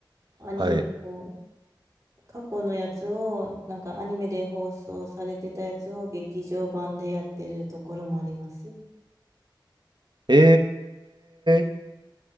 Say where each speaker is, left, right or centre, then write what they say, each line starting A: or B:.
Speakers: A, on the right (about 40°); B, on the right (about 60°).
A: アニメを、
B: はい。
A: 過去のやつを、なんかアニメで放送されてたやつを劇場版でやってるところもあります。
B: えー、